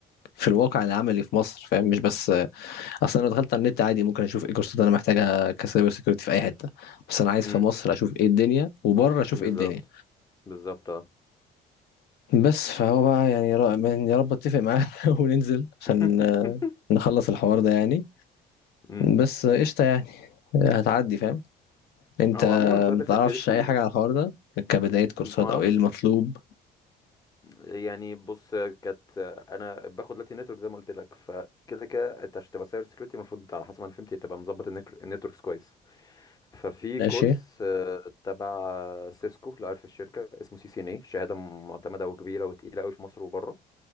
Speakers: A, on the left (about 70°); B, on the left (about 20°).
A: في الواقع العملي في مصر فاهم مش بس اصلا لو دخلت على النت عادي ممكن اشوف ايه الكورسات اللي انا محتاجها كسايبر سيكيورتي في اي حته بس انا عايز
B: مم.
A: في مصر اشوف ايه الدنيا وبره اشوف
B: بالظبط
A: ايه الدنيا
B: بالظبط اه
A: بس فهو بقى يعني يا رب من- يا رب اتفق معاه <laughs> وننزل عشان
B: <laughs>
A: نخلص الحوار ده يعني
B: مم.
A: بس قشطة يعني هتعدي فاهم انت
B: هو عموما سايبر
A: متعرفش
B: سيكيورتي
A: اي حاجة على الحوار ده كبداية كورسات
B: ما اعرفش
A: او ايه المطلوب
B: يعني بص كانت انا باخد لاتي نتورك زي ما قلت لك فكده كده انت عشان تبقى سايبر سيكيورتي المفروض على حسب ما انا فهمت تبقى مظبط النك- النتوركس كويس ففي
A: ماشي
B: كورس آه، تبع سيسكو لو عارف الشركه اسمه سي سي ان اي شهاده معتمده وكبيره وتقيله قوي في مصر وبره